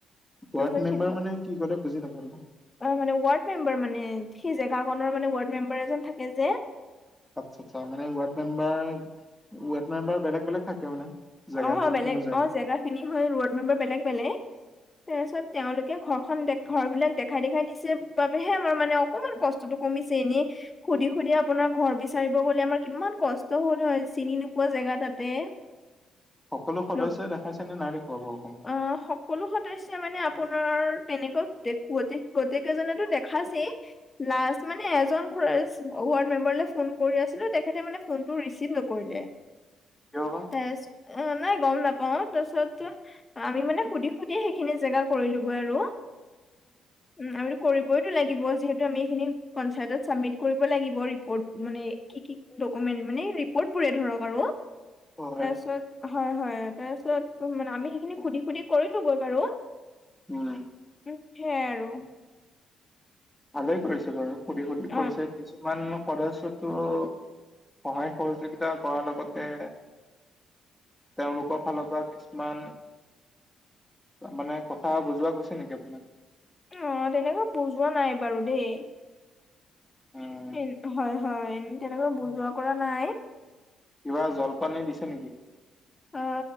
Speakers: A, in the centre; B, on the left.
A: ৱাৰ্ড
B: তাৰপিছত
A: মেম্বাৰ
B: সেইটো
A: মানে কি কলে বুজি নাপালো?
B: অ মানে ৱাৰ্ড মেম্বাৰ মানে সেই জেগাখনৰ মানে ৱাৰ্ড মেম্বাৰ এজন থাকে যে।
A: আচ্ছা আচ্ছা মানে ৱাৰ্ড মেম্বাৰ ৱাৰ্ড মেম্বাৰ বেলেগ বেলেগ থাকে মানে জেগা
B: অ বেলেগ
A: অনুযায়ী
B: অ জেগা খিনি হয় ৱাৰ্ড মেম্বাৰ বেলেগ বেলেগ। তাৰপিছত তেওঁলোকে ঘৰখন দে ঘৰ বিলাক দেখাই দেখাই দিছে বাবেহে আমাৰ মানে অ অকমান কষ্টটো কমিছে এনেই সুধি সুধি আপোনাৰ ঘৰ বিচাৰিব গলে আমাৰ কিমান কষ্ট হল হয় চিনি নোপোৱা জেগা তাতে।
A: সকলো সদস্যাই
B: লগ
A: দেখাইছে নে নাই দেখুৱাবাওঁ অসমত?
B: অ সকলো সদস্যই মানে আপোনাৰ তেনেকৈ গোটেই গোটেইকেইজনেতো দেখাইছে। লাষ্ট মানে এজন ৱাৰ্ড মেম্বাৰলৈ ফোন কৰি আছিলো তেখেতে মানে ফোনটো ৰিচিভ নকৰিলে।
A: কিয় বা।
B: হেচ নাই গম নাপাও তাৰপিছত আমি মানে সুধি সুধিয়ে সেইখিনি জেগা কৰি লো গৈ আৰু। উম আমিটো কৰিবইতো লাগিব যিহেতু আমি এইখিনি পঞ্চায়তত চাবমিট কৰিব লাগিব ৰিপৰ্ট মানে কি কি ডকুমেন্ট মানে ৰিপৰ্ট বোৰেই ধৰক আৰু।
A: হয়।
B: তাৰিছত হয় হয় তাৰপিছত মানে আমি সেইখিনি সুধি সুধি কৰিলো গৈ বাৰু।
A: উম।
B: সেই আই আৰু।
A: ভালে কৰিছে বাৰু সুধি সুধি কৰিছে
B: অ
A: কিছুমান সদস্যাটো সহায় সহযোগিতা কৰাৰ লগতে তেওঁলোকৰ ফালৰ পৰা কিছুমান মানে কথা বুজোৱা গৈছে নেকি আপোনাক?
B: অ তেনেকা বুজোৱা নাই বাৰু দেই।
A: উম,
B: <unintelligible> হয়। হয় তেনেকৈ বুজোৱা কৰা নাই।
A: কিবা জলপানী দিছে নেকি?
B: অ